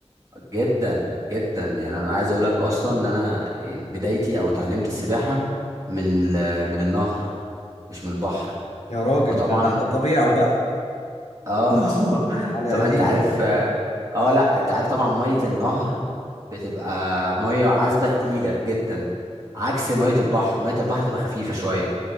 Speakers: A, on the right; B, on the left.
A: جدا جدا يعني انا عايز اقول لك اصلا ان انا يعني بدايتي او اتعلمت السباحه من ال- من النهر مش من البحر
B: يا راجل
A: وطبعا
B: ده ده على طبيعه بقى
A: اه <laughs>
B: على
A: طبعا
B: قديمه
A: انت عارف اه لا انت عارف طبعا ميه النهر بتبقى ميه عذبه تقيله جدا عكس ميه البحر ميه البحر تبقى خفيفه شويه